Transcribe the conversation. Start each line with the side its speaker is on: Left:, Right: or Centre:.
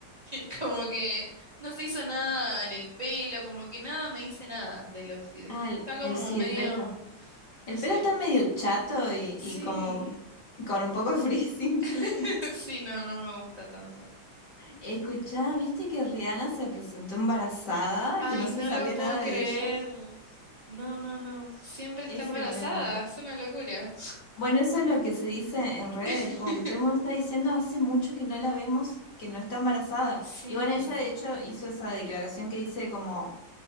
Right: <laughs> como que no se hizo nada en el pelo, como que nada me dice nada del outfit,
Left: Ah, el,
Right: está como
Left: el- sí,
Right: medio,
Left: el pelo.
Right: no
Left: El
Right: sé,
Left: pelo está medio chato y,
Right: sí,
Left: y como con un poco de frizz <laughs> inclusive.
Right: <laughs> sí, no, no me gusta tanto.
Left: Escuchá, ¿viste que Rihanna se presentó embarazada?
Right: Ay,
Left: Que no
Right: no
Left: se sabía
Right: lo puedo
Left: nada
Right: creer.
Left: de ella.
Right: No, no, no. Siempre está
Left: Es
Right: embarazada.
Left: tremendo.
Right: Es una locura.
Left: Bueno, eso es lo que se dice en redes,
Right: <laughs>
Left: como que todo el mundo está diciendo hace mucho que no la vemos, que no está embarazada.
Right: Sí.
Left: Y bueno, ella de hecho hizo esa declaración que dice como